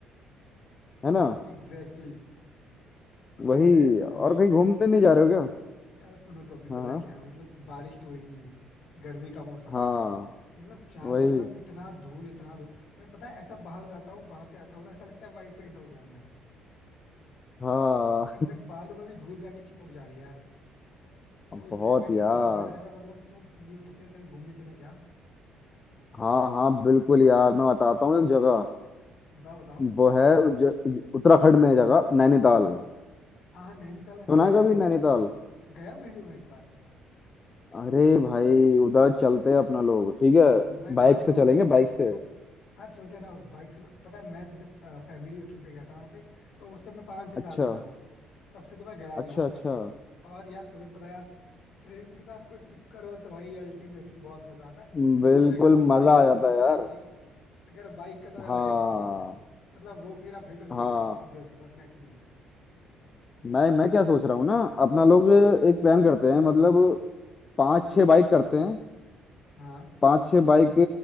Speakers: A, on the left; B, on the left.
A: है ना
B: एग्जैक्टली exactly, पता
A: वही
B: है क्या है
A: और
B: अभी
A: कहीं घूमने नहीं जा रहे हो क्या
B: यार सुनो तो अभी
A: हाँ
B: पता
A: हाँ
B: है क्या है मतलब बारिश तो हुई नहीं है गर्मी का मौसम
A: हाँ
B: है मतलब चारों
A: वही
B: तरफ इतना धूल इतना धूल मैं पता है ऐसा बाहर जाता हूँ बाहर से आता हूँ ना ऐसा लगता है वाइट पेंट हो गया हूँ मैं
A: हाँ
B: इनफैक्ट बालों में भी धूल जाके चिपक जा रही है यार तो इसलिए
A: बहुत
B: मैं क्या
A: यार
B: सोच रहा हूँ यार अगर मतलब तुम फ्री हो तो फिर कहीं घूमने चले क्या
A: हाँ हाँ बिल्कुल यार मैं बताता हूँ एक जगह
B: बताओ बताओ
A: वो है ज, उत्तराखंड में है जगह नैनीताल
B: हाँ हाँ नैनीताल वैसे
A: सुना
B: मैं
A: है
B: गया
A: कभी
B: हूँ यार
A: नैनीताल
B: एक बार गया मैं भी हूँ मैं एक बार
A: अरे भाई उधर चलते हैं अपना लोग ठीक है
B: अब मैं
A: बाइक
B: गया हूँ
A: से
B: मैं
A: चलेंगे
B: अ,
A: बाइक से
B: लगभग हाँ चलते ना बाइक से पता है मैं जैसे फैमिली ट्रिप पे गया था वहाँ पे तो उस टाइम मैं पाँच छह
A: अच्छा
B: साल का था तब से तो मैं गया
A: अच्छा
B: नहीं वहाँ
A: अच्छा
B: पे और यार तुम्हें पता है यार फ्रेंड्स के साथ कोई ट्रिप करो तो भाई अल्टीमेटली बहुत मजा आता है
A: <laughs>
B: ऊपर
A: बिल्कुल
B: से अगर वो बाइक
A: मजा आ
B: पे
A: जाता
B: ट्रिप
A: है
B: हो
A: यार
B: तो भाई अगर बाइक का तो अलग
A: हाँ
B: एक्सपीरियंस है मतलब वो फिर आप हिट नहीं
A: हाँ
B: कर सकते किसी और के साथ मैच नहीं हुआ
A: मैं मैं क्या सोच रहा हूँ ना अपना लोग
B: हाँ
A: एक प्लान करते हैं मतलब पांच छह बाइक करते हैं
B: हाँ
A: पांच छह बाइक